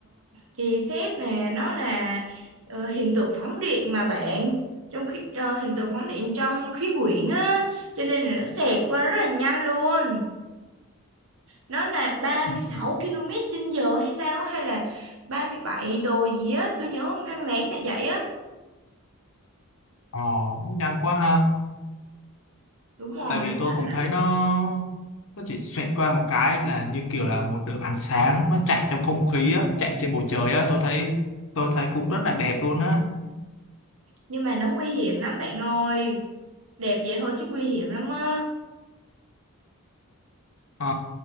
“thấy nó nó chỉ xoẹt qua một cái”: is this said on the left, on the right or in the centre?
Left